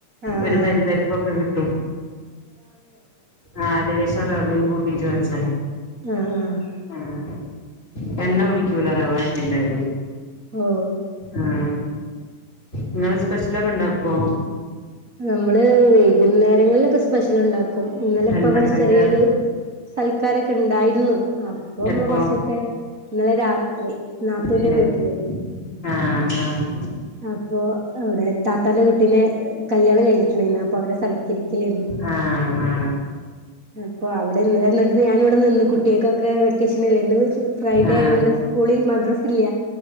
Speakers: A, on the right; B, on the left.
A: ആഹ്
B: ഒരു
A: ആഹ്
B: തരിതരിപ്പൊക്കെ കിട്ടും ആഹ് ലേശ റവയും കൂട്ടീട്ട് വെച്ചാല്
A: ആഹ് ആഹ്
B: ആഹ് എന്ന കുടിക്കൂല റവാട്ടിയാല്ല്
A: ഓ
B: ആഹ് നിങ്ങള് സ്പെഷ്യലൊക്കെ ഇണ്ടാക്കോ?
A: നമ്മള് വൈകുന്നേരങ്ങളിലൊക്കെ സ്പെഷ്യൽ ഇണ്ടാക്കും ഇന്നലെ ഇപ്പ
B: എന്താ
A: ഇവടെ
B: ഉണ്ടാക്കുക
A: ചെറിയൊരു സൽക്കാരൊക്കെ ഇണ്ടായിരുന്നു അപ്പൊ നമ്മള്
B: എപ്പോ
A: കൊർച്ചൊക്കെ ഇന്നലെ രാത്രി നാത്തൂന്റെ
B: ഏഹ്
A: വീട്ടില്
B: ആഹ് ആഹ്
A: അപ്പൊ അവിടെ താത്താന്റെ കുട്ടിനെ കല്യാണം കഴിഞ്ഞിട്ടുണ്ടായിാനു അപ്പൊ അവരെ സൽ കരിക്കലെർന്നു
B: ആ ആ
A: അപ്പൊ അവിടെന്നലെന്നെട്ട് ഞാനിവിടെ നിന്ന് കുട്ടിയേക്കൊക്കെ വെക്കേഷൻ അല്ലേ <unintelligible> ഫ്രൈഡേ
B: ആ
A: ആയൊണ്ട്
B: അതെ
A: സ്കൂളിൽ മദ്രാസില്ല